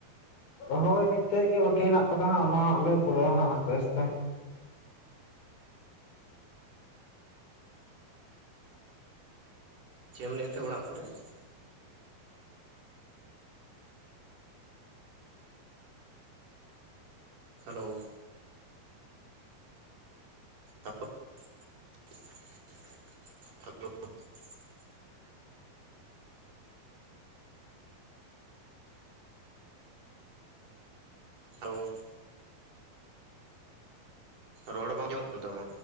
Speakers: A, on the left; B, on the right.
A: ᱦᱳᱭ, ᱢᱤᱜᱴᱮᱜ ᱜᱮ ᱵᱟᱹᱠᱤ ᱦᱮᱱᱟᱜ ᱠᱟᱫᱟ ᱦᱟᱸᱜ, ᱚᱱᱟ ᱦᱟᱸᱜ ᱞᱮ ᱯᱩᱨᱟᱹᱣᱟ ᱦᱟᱸᱜ ᱟᱥᱛᱮ ᱟᱥᱛᱮ ᱾
B: ᱪᱮᱜ ᱮᱢ ᱞᱮᱭᱮᱜ ᱛᱟᱸᱦᱮ ᱚᱲᱟᱜ ᱠᱚᱨᱮᱜ? ᱦᱮᱞᱳ᱾ <unintelligible> ᱦᱮᱞᱳ᱾ ᱨᱚᱲ ᱵᱟᱝ ᱟᱡᱚᱢᱚᱜ ᱠᱟᱱ ᱛᱟᱢᱟ᱾